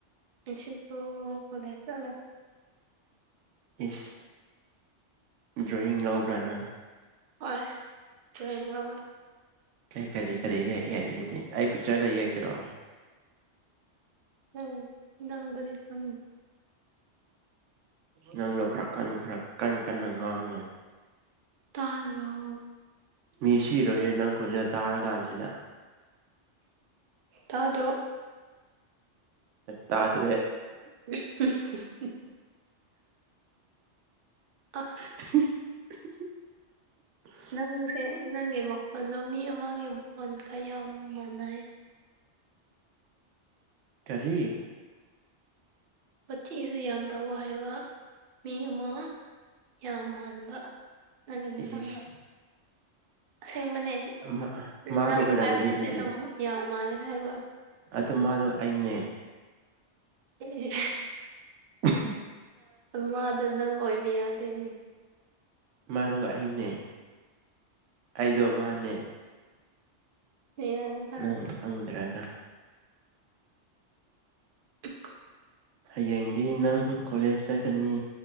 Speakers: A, on the right; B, on the right.
A: ꯏꯁꯕꯨ ꯀꯣꯂꯦꯁꯨ ꯑꯂ
B: ꯏꯁ ꯗ꯭ꯔꯣꯣꯌꯤꯡ ꯌꯥꯎꯧꯕ꯭ꯔꯅ
A: ꯍꯣꯏ ꯗ꯭ꯔꯣꯣꯌꯤꯡ ꯑꯃꯋꯣꯏ
B: ꯀꯔꯤ ꯀꯔꯤ ꯀꯔꯤ ꯌꯦꯛꯑꯦ ꯑꯗꯨꯗꯤ ꯑꯩ ꯄꯤꯛꯆꯔꯒ ꯌꯦꯛꯇꯔꯛꯑꯣ
A: ꯍꯝ ꯅꯪꯕꯔꯤ ꯈ
B: ꯅꯪꯗꯣ ꯈꯔ ꯀꯟ ꯈꯔ ꯀꯟꯅ ꯀꯟꯅ ꯉꯥꯡꯉꯦ
A: ꯇꯥꯜꯒꯥꯎ
B: ꯃꯤ ꯁꯤꯔꯣꯏꯌꯦꯦ ꯅꯪ ꯈꯣꯟꯖꯦꯜ ꯇꯥꯔ ꯀꯥꯟꯁꯤꯗ
A: ꯇꯥꯗ꯭ꯔꯣ
B: ꯇꯥꯗꯔꯦ
A: <unintelligible> ꯑꯥ <unintelligible>
B: <unintelligible>
A: ꯅꯪꯁꯦ ꯅꯪꯒꯤ ꯃꯈꯣꯟꯗꯣ ꯃꯤ ꯑꯃꯒꯤ ꯃꯈꯣꯟꯜꯒꯌꯥꯝ ꯃꯥꯟꯅꯩꯌꯦ
B: ꯀꯔꯤ
A: ꯃꯊꯤꯁꯨ ꯌꯥꯝ ꯇꯧꯕ ꯍꯥꯏꯕ ꯃꯤ ꯑꯃ ꯌꯥꯝ ꯃꯥꯟꯕ ꯅꯪꯒꯤ ꯃ
B: ꯏꯁ
A: ꯐꯣꯟꯗꯣ ꯑꯁꯦꯡꯕꯅꯦ
B: ꯃꯥ ꯃꯥꯗꯣ
A: ꯅꯪꯕꯨ
B: ꯑꯣꯏꯔꯝꯒꯅꯤ
A: ꯍꯥꯏꯕ ꯅꯠꯇꯦ
B: ꯑꯗꯨꯗꯤ
A: ꯑꯗꯨꯝ ꯌꯥꯝ ꯃꯥꯜꯂꯦ ꯍꯥꯏꯕ
B: ꯑꯗꯨ ꯃꯥꯗꯣ ꯑꯩꯅꯦ
A: ꯎ
B: ꯑ
A: ꯃꯥꯗꯣ ꯅꯪ ꯑꯣꯏꯕ ꯌꯥꯗꯦꯅꯦ
B: ꯃꯥꯗꯣ ꯑꯩꯅꯦ ꯑꯩꯗꯣ ꯃꯥꯅꯦ
A: ꯃꯤꯔꯪ
B: ꯅꯪ ꯍꯪꯗ꯭ꯔꯥꯒꯥ
A: ꯍ
B: ꯍꯌꯦꯡꯗꯤ ꯅꯪ ꯀꯣꯂꯦꯖ ꯆꯠꯀꯅꯤ